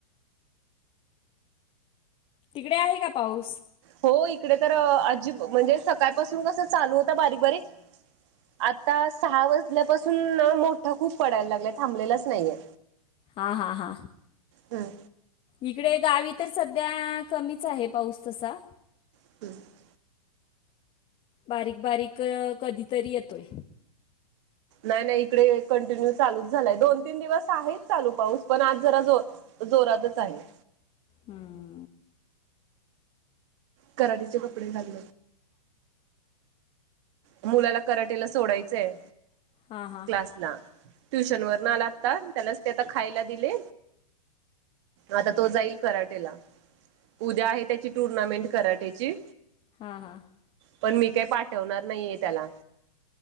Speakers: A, on the left (about 30°); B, on the right (about 50°).
A: तिकडे आहे का पाऊस?
B: हो इकडे तर <unintelligible> म्हणजे सकाळपासून कसं चालू होत बारीक बारीक आता सहा वाजल्यापासूना मोठं खूप पडायला लागलं थांबलेलाच नाहीये
A: हा हा हा
B: हम्म.
A: इकडे गावी तर सध्या कमीच आहे पाऊस तसा
B: <unintelligible>
A: बारीक बारीक कधीतरी येतोय
B: नाही नाही इकडे कंटिन्यू चालूच झालाय दोन तीन दिवस आहेत चालू पाऊस पण आज जरा जो जोरातच आहे
A: हम्म
B: कराडीचे कपडे <unintelligible> <unintelligible> मुलाला कराटेला सोडायचंय
A: हां हां
B: क्लासला
A: हम्म.
B: ट्युशन वरन लागतात त्याला ते आता खायला दिले आता तो जाईल कराटेला उद्या आहे त्याची टुर्नामेंट कराटेची
A: <unintelligible>
B: पण मी काय पाठवणार नाहीये त्याला